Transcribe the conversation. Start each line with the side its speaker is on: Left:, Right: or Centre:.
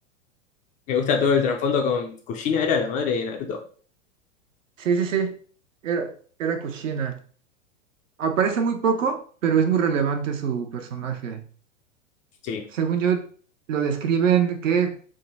Left: me gusta todo el trasfondo con Kushina, era la madre de Naruto.
Right: sí, sí, sí. Era, era Kushina. Aparece muy poco, pero es muy relevante su personaje.
Left: Sí,
Right: Según yo, lo describen que